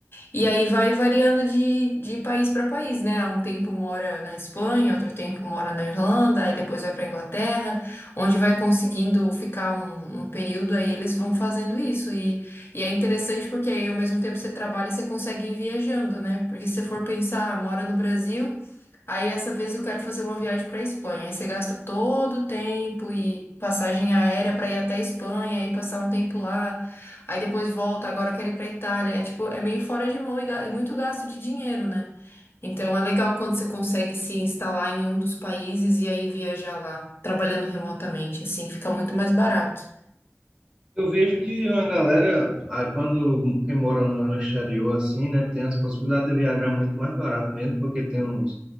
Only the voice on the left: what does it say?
e aí vai variando de, de país para país, né? Há Um tempo mora na Espanha, outro tempo mora na Irlanda, aí depois vai para Inglaterra, onde vai conseguindo ficar um, um período, aí eles vão fazendo isso. E é interessante porque aí ao mesmo tempo você trabalha e você consegue ir viajando, né? Porque se você for pensar, ah, mora no Brasil, aí essa vez eu quero fazer uma viagem para Espanha. Aí você gasta todo o tempo e passagem aérea para ir até a Espanha e passar um tempo lá. Aí depois volta, agora eu quero ir para Itália. É tipo, é meio fora de mão e, ga- e muito gasto de dinheiro, né? Então é legal quando você consegue se instalar em um dos países e aí viajar lá, trabalhando remotamente, assim, fica muito mais barato.